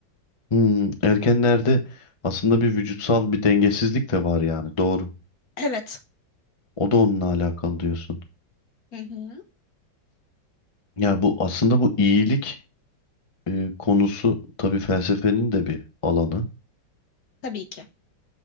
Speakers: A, on the left (about 20°); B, on the left (about 55°).
A: Hmm, ergenlerde aslında bir vücutsal bir dengesizlik de var yani doğru.
B: Evet.
A: O da onunla alakalı diyorsun.
B: Hı hı.
A: Ya bu aslında bu iyilik e, konusu tabii felsefenin de bir alanı.
B: Tabii ki.